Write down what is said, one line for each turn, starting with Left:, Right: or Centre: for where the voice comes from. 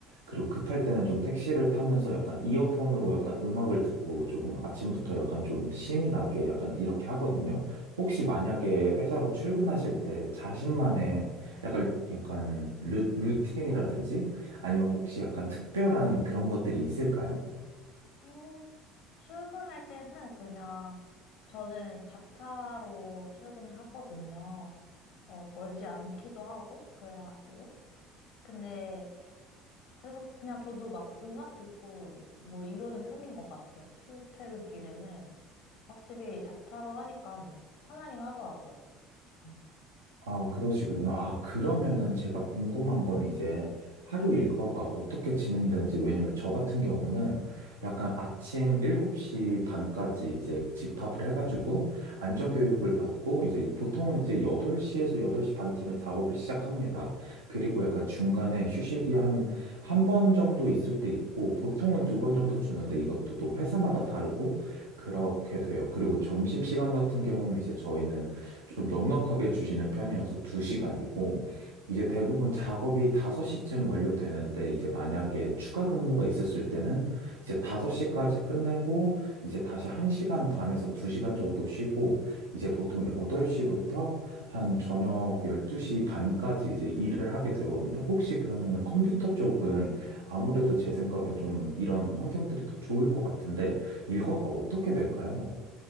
Right: 그리고 급할 때는 좀 택시를 타면서 약간 이어폰으로 약간 음악을 듣고 조금 아침부터 약간 좀 신이 나게 약간 이렇게 하거든요. 혹시 만약에 회사로 출근하실 때 자신만의 약간, 약간 루, 루틴이라든지 아니면 혹시 약간 특별한 그런 것들이 있을까요?
Left: 음, 출근할 때는 그냥 저는 자차로 출근하거든요. 어, 멀지 않기도 하고 그래가지고 근데 그래서 그냥 저도 막 음악 듣고 뭐 이러는 편인 것 같아요. 출퇴근길에는 확실히 자차로 하니까 편하긴 하더라고요. 음.
Right: 아, 그러시군요.
Left: 네.
Right: 아, 그러면은 제가 궁금한 건 이제 하루 일과가 어떻게 진행되는지, 왜냐면 저 같은 경우는 약간 아침 7시 반까지 이제 집합을 해가지고 안전교육을 받고 이제 보통은 이제 8시에서 8시 반쯤에 작업을 시작합니다. 그리고 약간 중간에 휴식이 한, 한 번 정도 있을 때 있고 보통은 두 번 정도 주는데 이것도 또 회사마다 다르고 그렇게 돼요. 그리고 점심시간 같은 경우는 이제 저희는 좀 넉넉하게 주시는 편이어서 2시간이고, 이제 대부분 작업이 5시쯤 완료되는데, 이제 만약에 추가 근무가 있었을 때는 이제 5시까지 끝내고, 이제 다시 1시간 반에서 2시간 정도 쉬고, 이제 보통 8시부터 한 저녁 12시 반까지 이제 일을 하게 되거든요. 혹시 그러면은 컴퓨터 쪽은 아무래도 제 생각엔 좀 이런 환경들이 더 좋을 것 같은데, 일과가 어떻게 될까요?